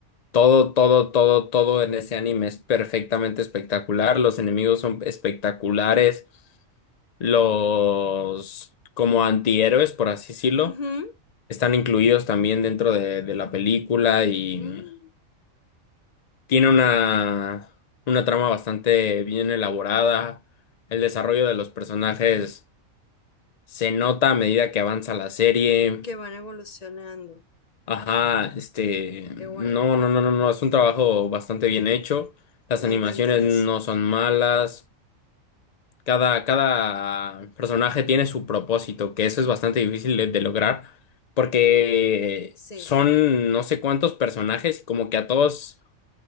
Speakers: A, on the left; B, on the left.
A: Todo, todo, todo, todo en ese anime es perfectamente espectacular. Los enemigos son espectaculares. Los como antihéroes, por así decirlo,
B: Ujú,
A: están incluidos también dentro de, de la película y
B: mm,
A: tiene una, una trama bastante bien elaborada. El desarrollo de los personajes se nota a medida que avanza la serie.
B: Que van evolucionando.
A: Ajá, este, no,
B: Qué bueno.
A: no, no, no, no, es un trabajo bastante bien hecho. Las
B: Me
A: animaciones
B: encanta
A: no
B: eso.
A: son malas. Cada, cada personaje tiene su propósito, que eso es bastante difícil de, de lograr, porque
B: Sí,
A: son no sé cuántos personajes y como que a todos,